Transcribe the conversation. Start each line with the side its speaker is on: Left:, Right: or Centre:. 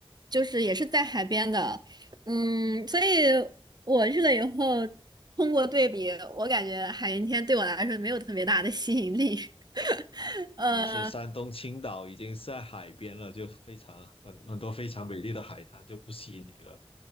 Right: 就是也是在海边的。嗯，所以我去了以后，通过对比，我感觉海云天对我来说没有特别大的吸引力。<laughs> 呃。
Left: 那你是山东青岛，已经是在海边了，就非常很很多非常美丽的海滩就不吸引你了。